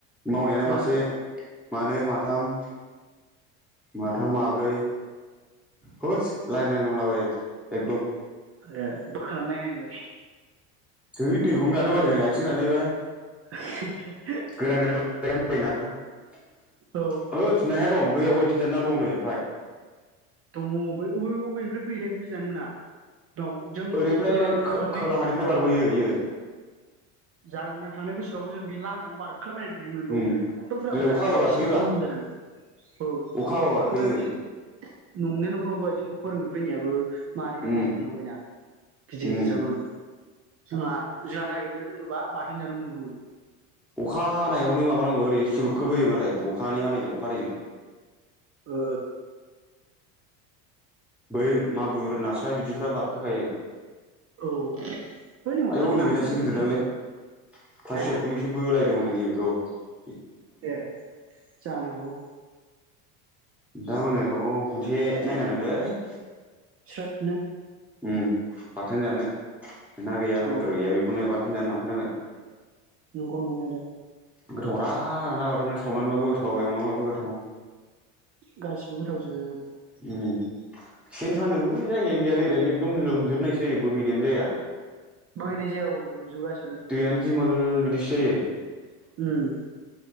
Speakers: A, in the centre; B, on the right (about 30°).
A: मावनायानो
B: बुरजाथार
A: मासे मानै माथाम। माथाम, माब्रै। होस लाइन-लाइन दंलाबायो। एकदम।
B: ए बोखांना नायनायलाय।
A: थै दैखौनो गानो बादों आं आथिं रानलायबाय।
B: <inaudible>
A: <unintelligible> होद
B: औ
A: नाया दं। दैयाव अयथासार ना दं नै ओमफाय।
B: दङ बै अबे-अबेनिफ्राय फैयोथाय बुजिनान मोना। बाव जों
A: ओरैनिफ्राय
B: ओ
A: खो
B: थांनाय
A: खोलाहानिफ्राय बारबोयो इयो।
B: जागोनदां थांनाय बोसोरावबो जों बे लामायावनो बार बारखोला बायनानै थायोमोन बेयाव
A: उम
B: खथ' बुरजा मोनजादों
A: अखा हाबा
B: बोथिसेखौनो
A: बारखोयोब्रा
B: मोनजादों औ
A: अखा हाबा बारखोयो
B: दहायबो जों नंनाया नंगौ दहाय जोंख फोरोंनो फैनायाबो। मानैना
A: उम
B: माथाम मोनलांबायना गिदिर
A: उम
B: गिदिरथारमोन। जोंहा-जोंहा नागिरनो रोङो बा-बाथोन जानो मोनगौमोन।
A: अखा हानायावनो माबानांगौ ओरै सुरुबखोबोयो मालाय अखानि हादैजों अखा हादैजों।
B: ओ।
A: बै मागुर, नास्राय बिदिफ्रा बारखो खायो।
B: औ बै अखालि
A: आयौ नै
B: नास्रायल'
A: बेना इसे
B: दंखोमालै
A: गिदिरदांलै, फासि
B: नाया
A: जालखौनो एसे बोलायदों हनै नै बेखौ। <inaudible>
B: ए जानो हागौ।
A: दा मोनायाव खनसे नायनांगोनलै। <inaudible>
B: स्रोद नो।
A: उम बाथोन जानो। ना गैया
B: औ
A: बेदर गैया बेखौनो बा थोन जानो लांफैनांगोन।
B: नंगौ नंनायालाय।
A: गोथाव रा ना बाथोन सावनानैबाबो गोथाव एवनानैबाबो गोथाव।
B: गासिबो गोथाव जोब।
A: उम सेन सानोबो जायगायानो गैयालै ओरै एकदम लोमजोबनायसो जायो बोहैनायानो जाया।
B: बोहैनाय जायाबाबो लोमजोबो गास
A: दैयानो दिमोल बिदिस <unintelligible>
B: उम।